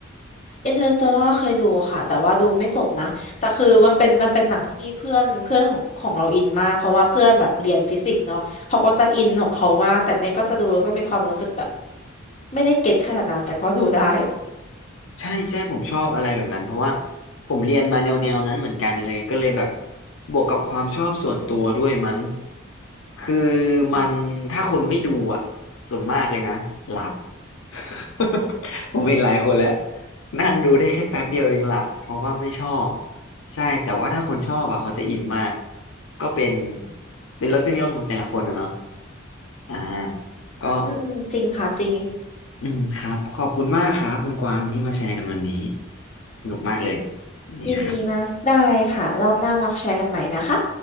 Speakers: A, on the left; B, on the left.
A: อินเตอร์สเตลล่าเคยดูค่ะแต่ว่าดูไม่จบนะแต่คือมันเป็นมันเป็นหนังที่เพื่อนเพื่อนของของเราอินมากเพราะว่าเพื่อนแบบเรียนฟิสิกส์เนาะเขาก็จะอินของเขามากแต่เนี่ยก็จะดูแล้วก็มีความรู้สึกแบบไม่ได้เก็ตขนาดนั้นแต่ก็ดูได้
B: ใช่ใช่ผมชอบอะไรแบบนั้นเพราะว่าผมเรียนมาแนวแนวนั้นเหมือนกันเลยก็เลยแบบบวกกับความชอบส่วนตัวด้วยมั้งคือ
A: อืมอืม
B: มันถ้าคนไม่ดูอ่ะส่วนมากเลยนะหลับ <laughs> ผมเห็นหลายคนแล้วนั่งดูได้แค่แป๊บเดียวเองหลับเพราะว่าไม่ชอบใช่แต่ว่าถ้าคนชอบอ่ะเขาจะอินมากก็เป็นเป็นรสนิยมของแต่ละคนอะเนาะอ่าก็
A: อืมอืมจริงค่ะจริง
B: อืมครับขอบคุณมากครับคุณกวางที่มาแชร์กันวันนี้สนุกมากเลยนี่ครับ
A: ยินดีมากได้ค่ะรอบหน้ามาแชร์กันใหม่นะคะ